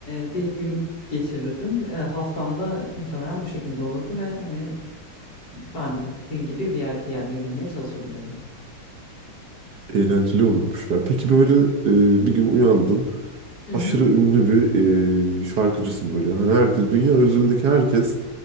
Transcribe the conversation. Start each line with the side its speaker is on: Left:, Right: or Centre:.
Left: e, bir gün geçirirdim. E, haftamda muhtemelen bu şekilde olurdu ve hani ben de dediğin gibi VIP yerlere girmeye çalışabilirdim.
Right: Eğlenceli olurmuş ya. Peki böyle e, bir gün uyandın.
Left: Hı
Right: Aşırı
Left: hı.
Right: ünlü bir e, şarkıcısın böyle. Hani herkes, dünya
Left: Hı hı
Right: üzerindeki herkes